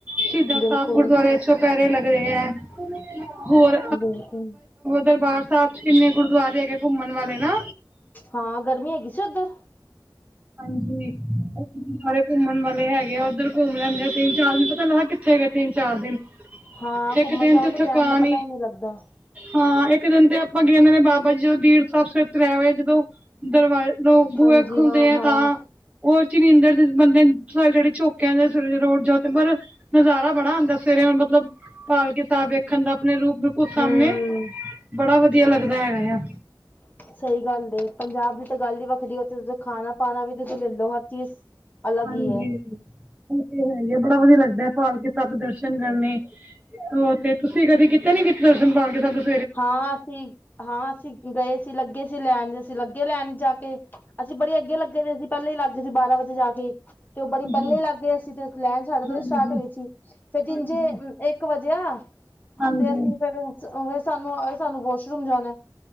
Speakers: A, on the right (about 15°); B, on the left (about 25°).
A: ਸ਼ਹੀਦਾ
B: ਬਿਲਕੁਲ
A: ਸਾਹਿਬ, ਗੁਰਦੁਆਰੇ ਚੋਂ -ਪਹਿਰੇ ਲੱਗਦੇ ਆ। ਹੋਰ
B: ਬਿਲਕੁਲ
A: ਦਰਬਾਰ ਸਾਹਿਬ ਚ, ਕਿੰਨੇ ਗੁਰਦੁਆਰੇ ਹੈਗੇ ਘੁੰਮਣ ਵਾਲੇ, ਨਾ
B: ਹਾਂ, ਗਰਮੀ ਹੈਗੀ ਸੀ ਉੱਧਰ
A: ਹਾਂਜੀ, ਸਾਰੇ ਘੁੰਮਣ ਵਾਲੇ ਹੈਗੇ ਆ, ਉੱਧਰ ਘੁੰਮ ਲੈਂਦੇ ਆ, ਤਿੰਨ ਚਾਰ ਦਿਨ, ਪਤਾ ਨਈ ਲੱਗਾ ਕਿੱਥੇ ਗਏ, ਤਿੰਨ ਚਾਰ ਦਿਨ
B: ਹਾਂ,
A: ਇੱਕ
B: ਘੁੰਮਣ
A: ਦਿਨ
B: ਜਾਓ, ਤੇ
A: ਥਕਾਨ
B: ਟੈਮ ਦਾ ਪਤਾ ਹੀ ਨਹੀਂ ਲੱਗਦਾ।
A: ਹਾਂ ਇੱਕ ਦਿਨ ਤੇ ਆਪਾਂ ਗਏ, ਵੀ ਬਾਬਾ ਜੀ ਜਦੋਂ ਬੀੜ ਸਾਹਿਬ ਸਵੇਰੇ ਤਰਹ ਵਜੇ ਜਦੋਂ ਦਰਵਾ ਲੋਕ, ਬੂਹੇ
B: ਹਾਂਜੀ
A: ਖੁਲਦੇ
B: ਹਾਂ
A: ਆ
B: ਹਾਂ
A: ਤਾਂ ਉਹ ਚ ਨਿੰਦਰ ਦੇ ਬੰਦੇ ਜਿਹੜੇ ਝੋਕਿਆਂਦੇ ਥੱਲੇ ਰੋਡ ਛੱਤ ਪਰ ਨਜ਼ਾਰਾ ਬੜਾ ਆਉਂਦਾ, ਸਵੇਰੇ ਮਤਲਬ ਪਾਲਕੀ ਸਾਹਿਬ ਵੇਖਣ ਦਾ, ਆਪਣੇ ਰੂਪ ਬਿਲਕੁਲ ਸਾਹਮਣੇ
B: ਹੂੰ
A: ਬੜਾ, ਵਧੀਆ ਲੱਗਦਾ ਹੈਗਾ, ਆ
B: ਅੱਛਾ <inaudible> ਸਹੀ ਗੱਲ ਏ, ਪੰਜਾਬ ਦੀ ਤਾਂ ਗੱਲ ਹੀ ਵੱਖਰੀ ਏ, ਉੱਥੇ ਖਾਣਾ ਪਾਣਾ ਵੀ ਤੁਸੀਂ ਲੈ ਲਓ, ਹਰ ਚੀਜ਼ ਅਲੱਗ
A: ਹਾਂਜੀ,
B: ਹੀ ਹੈ
A: ਏ ਤੇ ਹੈਗਾ, ਬੜਾ ਵਧੀਆ ਲੱਗਦਾ, ਪਾਲਕੀ ਸਾਹਿਬ ਦੇ ਦਰਸ਼ਨ ਕਰਨੇ। ਉਹ ਤੇ, ਤੁਸੀਂ ਕਦੀ ਕਿੱਤੇ ਨਈ ਪਾਲਕੀ ਸਾਹਿਬ ਦਰਸ਼ਨ
B: ਹਾਂ ਅਸੀਂ, ਹਾਂ ਅਸੀਂ ਗਏ ਸੀ, ਲੱਗੇ ਸੀ ਲਾਈਨ, ਅਸੀਂ ਲੱਗੇ ਲਾਈਨ ਜਾ ਕੇ, ਅਸੀਂ ਬੜੀ, ਅੱਗੇ ਲੱਗੇ ਦੇ ਸੀਂ। ਪਹਿਲੇ ਹੀ ਲੱਗ ਗਏ ਸੀ। ਬਾਰਾਂ ਵਜੇ ਜਾ ਕੇ ਤੇ ਉਹ, ਬੜੀ ਪਹਿਲੇ
A: ਜੀ,
B: ਲੱਗ ਗਏ ਸੀ, ਤੇ ਲੈਣ ਸਾਡੇ ਤੋਂ,
A: ਹਾਂਜੀ,
B: ਹੀ ਸਟਾਟ ਹੋਈ ਸੀ। ਫੇਰ ਤੀਜੇ
A: ਹਾਂਜੀ,
B: ਇੱਕ ਵਜੇਿਆ,
A: ਹਾਂਜੀ,
B: ਅਤੇ ਅਸੀਂ ਫਿਰ ਸਾਨੂੰ ਸਾਨੂੰ ਵਾਸ਼ਰੂਮ ਜਾਣਾ।